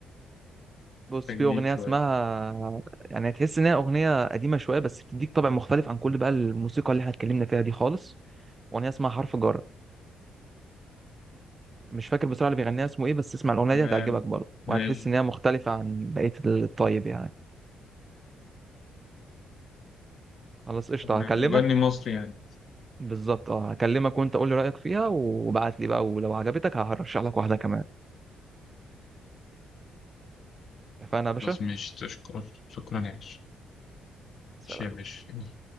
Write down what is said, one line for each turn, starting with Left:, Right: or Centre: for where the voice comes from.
Right: بص
Left: تجديد
Right: في اغنيه
Left: شوية
Right: اسمها يعني تحس ان هي اغنيه قديمه شويه بس بتديك طابع مختلف عن كل بقى الموسيقى اللي احنا اتكلمنا فيها دي خالص اغنيه اسمها حرف جر مش فاكر بصراحه اللي بيغنيها اسمه ايه بس اسمع الاغنيه
Left: تمام
Right: دي هتعجبك برضه وهتحس
Left: ماشي
Right: ان هي مختلفه عن بقيه الطيب يعني خلاص قشطه
Left: تمام
Right: هكلمك
Left: مغني مصري يعني
Right: بالظبط اه هكلمك وانت قول لي رايك فيها وبعت لي بقى ولو عجبتك هرشح لك واحده كمان اتفقنا يا باشا
Left: خلاص ماشي تشكر شكرا عايش
Right: سلام
Left: ماشي يا باشا